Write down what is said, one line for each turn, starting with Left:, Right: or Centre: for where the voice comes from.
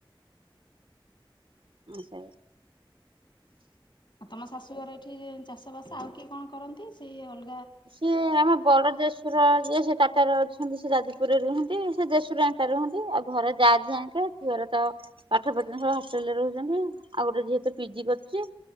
Right: ଆଚ୍ଛା।
Left: ଆଉ ତମ ଶାଶୁଘର ଏଇଠି ଚାଷ ବାସ ଆଉ କିଏ କଣ କରନ୍ତି? ସେଇ ଅଲ
Right: ସିଏ ଆମ ବଡ ଦେଢଶୁର ଯିଏ ଶେ ଟାଟା ର ଅଛନ୍ତି ସେ ଯାଜପୁରରେ ରୁହନ୍ତି। ସେ ଜେସୁର ଆଙ୍କା ରୁହନ୍ତି। ଆଉ ଘରେ ଯା ଦିହେଁଆଙ୍କେ ଝିଅର ତ ପାଠ ପଢ ସୁ ହଷ୍ଟେଲରେ ରହୁଛନ୍ତି। ଆଉ ଗୋଟେ ଝିଅ ଟେ ପିଜି କରୁଛି